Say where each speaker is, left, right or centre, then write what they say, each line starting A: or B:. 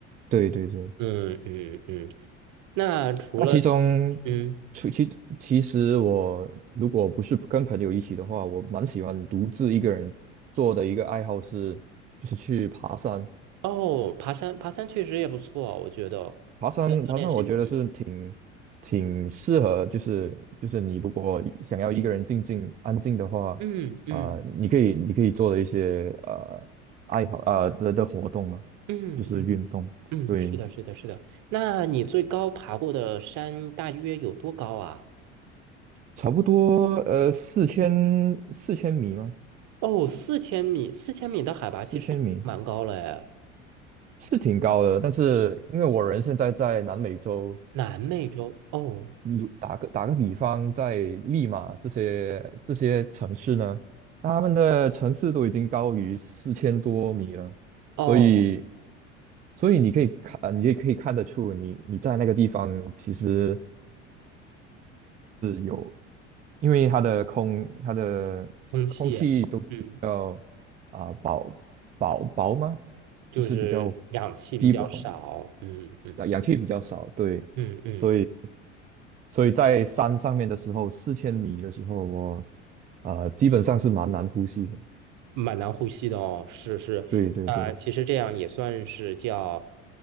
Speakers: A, on the right (about 25°); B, on the right (about 55°).
A: 对对对，
B: 嗯嗯嗯。那除了
A: 那其中，
B: 嗯
A: 其其其实我如果不是跟朋友一起的话，我蛮喜欢独自一个人做的一个爱好是，就是去爬山。
B: 哦，爬山爬山确实也不错，我觉得要锻炼身体。
A: 爬山，爬山，我觉得是挺挺适合，就是就是你如果想要一个人静静安静的话，
B: 嗯嗯
A: 啊、你可以你可以做的一些呃爱好呃的的活动嘛，
B: 嗯嗯
A: 就是运动。
B: 嗯，
A: 对，
B: 是的，是的，是的。那你最高爬过的山大约有多高啊？
A: 差不多呃四千四千米吗？
B: 哦，四千米，四千米的海拔其实已经蛮高了哎。
A: 四千米。是挺高的，但是因为我人现在在南美洲，
B: 南美洲，哦
A: 如打个打个比方，在利马这些这些城市呢，他们的城市都已经高于四千多米了，
B: 哦
A: 所以所以你可以看，呃你也可以看得出你你在那个地方其实有，因为它的空它的空气都是比较啊、
B: 空气啊，嗯，
A: 薄薄薄吗？
B: 就是氧气比较少，
A: 就是比较低薄，
B: 嗯嗯
A: 氧氧气比较少，对，
B: 嗯嗯，
A: 所以所以在山上面的时候，四千米的时候，我呃基本上是蛮难呼吸的。
B: 蛮难呼吸的哦，是是，
A: 对对对
B: 呃，其实这样也算是叫